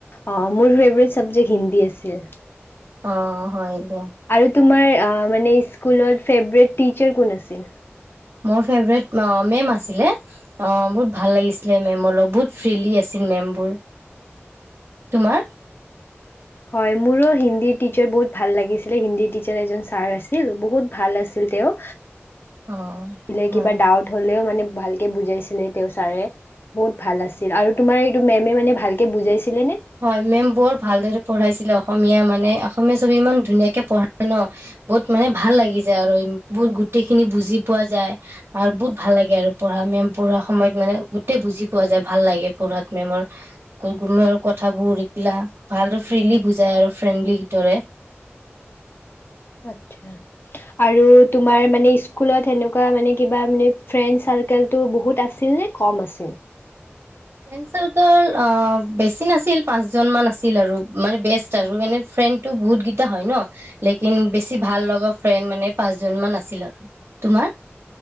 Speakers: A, on the left (about 55°); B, on the right (about 65°).
A: অ', মোৰ ফেভাৰেট চাব্জেক্ট হিন্দী আছিল।
B: অ', হয়, দিয়া।
A: আৰু তোমাৰ মানে স্কুলত ফেভৰেট টিচাৰ কোন আছিল?
B: মোৰ ফেভৰেট মেম আছিলে। অ', বহুত ভাল লাগিছিলে মেম অলপ বহুত ফ্ৰীলি আছিল মেমবোৰ। তোমাৰ?
A: হয়, মোৰো হিন্দীৰ টিচাৰ বহুত ভাল লাগিছিলে হিন্দী টিচাৰ এজন ছাৰ আছিল বহুত ভাল আছিল তেওঁ।
B: অ'।
A: ছিলে কিবা
B: হয়।
A: ডাউট হ'লেও মানে ভালকে বুজাইছিলে তেওঁ ছাৰে। বহুত ভাল আছিল আৰু তোমাৰ এইটো মেমে মানে ভালকে বুজাইছিলে নে?
B: হয়, মেম বৰ ভাল দৰে পঢ়াইছিলে অসমীয়া মানে অসমীয়া ছবি ইমান পঢ়াই ন'। বহুত মানে ভাল লাগি যায় আৰু বহুত গোটেইখিনি বুজি পোৱা যায়। আৰু বহুত ভাল লাগে আৰু পঢ়া মেম পঢ়াৰ সময়ত মানে গোটেই বুজি পোৱা যায় ভাল লাগে পঢ়াত মেমৰ। কোনো কথাবোৰ উৰিকিলা ভাল ফ্ৰীলি বুজাই আৰু ফ্ৰেণ্ডলিদৰে।
A: আচ্ছা। আৰু তোমাৰ মানে স্কুলত সেনেকুৱা মানে কিবা মানে ফ্ৰেণ্ড চাৰ্কোলটো বহুত আছিল নে? কম আছিল।
B: ফ্ৰেড চাৰ্কোল বেছি নাছিল পাঁচজন মান আছিল আৰু মানে বেষ্ট আৰু এনে ফ্ৰেণ্ড টো বহুত কেইটা হয়, ন' লেকিন বেছি ভাল লগা ফ্ৰেণ্ড মানে পাঁচজন মান আছিল আৰু। তোমাৰ?